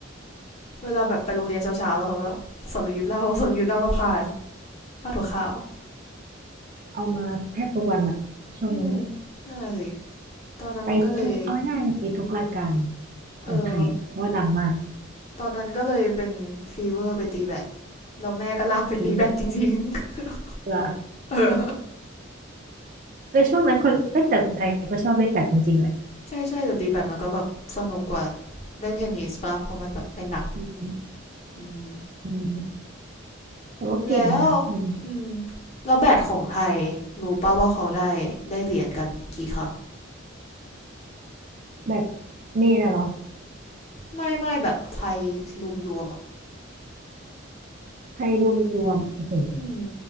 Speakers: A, on the left; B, on the right.
A: เวลาแบบไปโรงเรียนเช้าๆแล้วเขาก็สรยุทธเล่าสรยุทธเอาผ้าพาผ้าถั่วขาว
B: เอามาแทบทุกวันอะช่วงนั้นอะ
A: อืมนั่นแหละสิตอนนั้นมันก็เลย
B: ไปทุกเอาง่ายๆเลยไปทุกรายการของไทยอะเพราะว่าดังมาก
A: เออตอนนั้นก็เลยเป็นฟีเวอร์ไปตีแบดแล้วแม่ก็ลากไปตีแบดจริง
B: คือ
A: ๆ
B: เหรอ
A: <laughs> เออ
B: แต่ช่วงนั้นคนเอ้ยแต่คนไทยก็ชอบเล่นแบดจริงๆแหละ
A: ใช่ใช่แต่ตีแบดมันก็แบบสนุกกว่าเล่นเทนนิสป่ะเพราะมันแบบไม่หนัก
B: อืม
A: อืม
B: อืมแต่ว่าเก่งนะอืม
A: แล้วอืมแล้วแบดของไทยรู้ป่าว่าเขาได้ได้เหรียญกันกี่ครั้ง
B: แบบมีนะเหรอ
A: ไม่ไม่แบบไทยรวมรวมๆอ่ะ
B: ไทยรวมรวมโอ้โห
A: อืม